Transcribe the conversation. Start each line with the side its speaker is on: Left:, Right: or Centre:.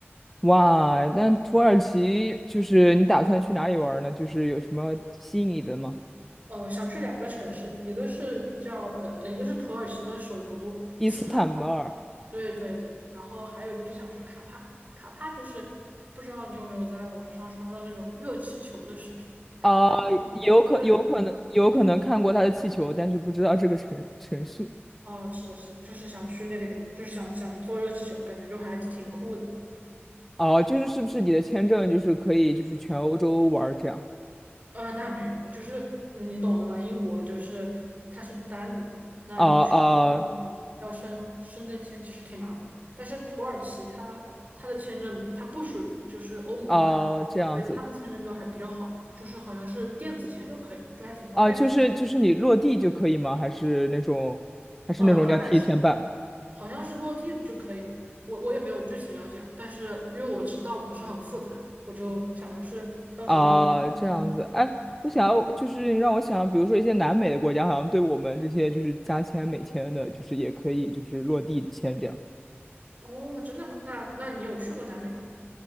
Centre: 哇，那土耳其就是你打算去哪里玩儿呢？就是有什么吸引你的吗？
Right: 呃，想去两个城市，一个是叫呃，呃一个是土耳其的首都伊斯坦布尔，
Centre: 伊斯坦布尔
Right: 对对对。然后还有就是想去卡帕，卡帕就是不知道你有没有在网上刷到那种热气球的视频，卡帕就是那个热气球地方
Centre: 啊，有可有可能有可能看过他的气球，但是不知道这个城城市
Right: 哦，是的，是的，就是想去那个地方，就是想想坐热气球，感觉就还挺酷的。
Centre: 啊，就是是不是你的签证就是可以就是全欧洲玩儿这样
Right: 呃，那没有，就是嗯你懂的嘛，英国就是它是单独的，那你去这个地方要申申根签其实挺麻烦的。
Centre: 啊啊
Right: 但是土耳其它它的签证它不属于就是欧盟嘛，
Centre: 啊这样子
Right: 对它的签证就还比较好，就是好像是电子签就可以了，就还挺方便的。
Centre: 啊，就是就是你落地就可以吗？还是那种还是那种要提前办？
Right: 呃，大概是好像是落地就可以了，我我也没有具体了解啊，但是因为我知道不是很复杂，我就想的是要准备玩一话再。
Centre: 啊，这样子，哎，我想要就是让我想，比如说一些南美的国家，好像对我们这些就是加签美签的，就是也可以就是落地签这样。
Right: 哦，真的吗？那那你有去过南美吗？